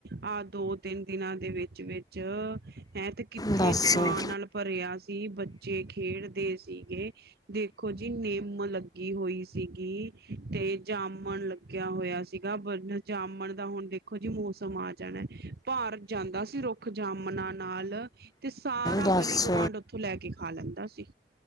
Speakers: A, on the right; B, on the left.
A: ਆਹ ਦੋ, ਤਿੰਨ ਦਿਨਾਂ ਦੇ ਵਿਚ-ਵਿਚ ਚ ਹੈਂ ਤੇ ਕਿੱਥੇ
B: ਦੱਸ
A: ਛਾਂ
B: ਹੂੰ
A: ਨਾਲ ਭਰਿਆ ਸ ਬੱਚੇ ਖੇਡਦੇ ਸੀਗੇ। ਦੇਖੋ ਜੀ, ਨਿੰਮ ਲੱ ਲੱਗੀ ਹੋਈ ਸੀਗੀ ਤੇ ਜਾਮਣ ਲੱਗਿਆ ਹੋਇਆ ਸੀਗਾ, ਜਾਮਣ ਦਾ ਹੁਨ ਜਿਹੀ ਮੌਸਮ ਆ ਜਾਣਾ। ਭਾਰ ਜਾਂਦਾ ਸੀ ਰੁੱਖ ਜਾਮਨਾ ਨਾਲ ਤੇ ਸਾਰਾ
B: ਦੱਸ
A: ਗਲੀ ਗਵਾਂਢ ਉੱਥੋਂ ਲੈ ਕੇ ਖਾ ਲੈਂਦਾ ਸੀ।